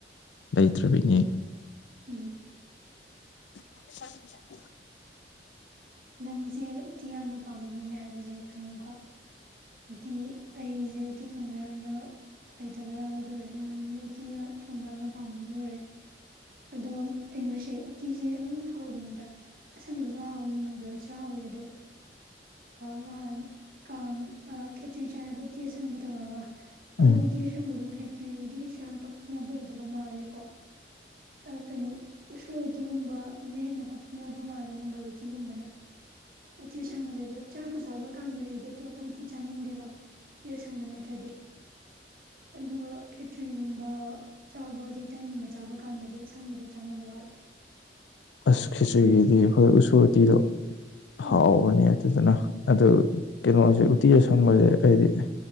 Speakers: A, on the left; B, on the right.
A: ꯂꯩꯇ꯭ꯔꯕꯤꯅꯤ
B: ꯎꯝ
A: <inaudible>
B: ꯅꯪꯁꯦ ꯎꯇꯤ ꯌꯥꯝꯅ ꯄꯥꯝꯕ ꯃꯤꯅꯦ ꯍꯥꯏꯕꯁꯨ ꯑꯩ ꯈꯪꯉꯤꯀꯣ ꯎꯇꯤ ꯑꯩꯁꯦ ꯎꯇꯤ ꯊꯣꯡꯕ ꯌꯥꯝꯅ ꯍꯩꯇꯕ ꯌꯥꯔꯣꯏꯗꯣꯔꯦ ꯅꯪꯅ ꯎꯇꯤ ꯌꯥꯝ ꯊꯣꯡꯕ ꯌꯥꯝꯅ ꯄꯥꯝꯕꯅꯤ ꯑꯣꯏ ꯑꯗꯣ ꯀꯩꯅꯣꯁꯦ ꯎꯇꯤꯁꯦ ꯑꯗꯨꯝ ꯍꯥꯎꯕꯅꯤꯗ ꯑꯁꯪꯕꯁꯨ ꯍꯥꯎꯋꯤ ꯃꯪꯒꯜꯁꯨ ꯍꯥꯎꯋꯤ ꯑꯗꯣ ꯉꯍꯥꯟ ꯀꯥꯡ ꯈꯦꯆ꯭ꯔꯤ ꯆꯥꯏꯕ ꯎꯇꯤ ꯑꯁꯪꯕ ꯇꯧꯔꯒ ꯑꯗꯨ
A: ꯎꯝ
B: ꯎꯇꯤ ꯑꯁꯥꯪ ꯕꯗꯨ ꯈꯦ ꯇ꯭ꯔꯤꯗꯤ ꯀꯩꯁꯨ ꯌꯥꯝ ꯄꯛꯅꯕ ꯑꯣꯏꯗꯕ ꯃꯥꯜꯂꯦ ꯀꯣ ꯀꯩꯅꯣ ꯎꯁꯣꯏ ꯎꯇꯤꯒꯨꯝꯕꯅ ꯍꯦꯟꯅ ꯄꯛꯅꯕ ꯃꯥꯜꯂꯦ ꯃꯪꯒꯜ ꯎꯇꯤꯒꯨꯝꯕꯅ ꯎꯇꯤ ꯑꯁꯪꯕꯁꯦ ꯑꯗꯣ ꯆꯥꯛꯀ ꯆꯥꯕ ꯀꯥꯟꯗꯗꯤ ꯑꯩꯗꯤ ꯑꯇꯣꯞꯄ ꯎꯇꯤ ꯆꯥꯅꯤꯡꯗꯦꯕ ꯎꯇꯤ ꯑꯁꯪꯕ ꯅꯠꯇ꯭ꯔꯗꯤ ꯑꯗꯨꯒ ꯭ꯔꯤꯒꯨꯝꯕ ꯆꯥꯕ ꯑꯗꯩ ꯇꯟꯒꯨꯝꯕ ꯆꯥꯕꯥ ꯀꯥꯟꯗꯗꯤ ꯁꯪꯕꯗꯨ ꯆꯥꯟꯅꯕ ꯋꯥꯠꯂꯦ
A: ꯑꯁ ꯈꯦꯆ꯭ꯔꯤꯒꯤꯗꯤ
B: ꯎꯇꯤꯅꯦ
A: ꯑꯩꯈꯣꯏ
B: ꯍꯥꯏꯔꯁꯨ
A: ꯎꯁꯣꯢ ꯎꯇꯤꯗꯣ ꯍꯥꯎꯕꯅꯦ
B: ꯎꯝ
A: ꯑꯗꯨꯗꯨꯅ ꯑꯗꯨ ꯀꯩꯅꯣꯁꯦ ꯎꯇꯤ ꯑꯁꯪꯕꯁꯦ ꯍꯥꯏꯗꯤ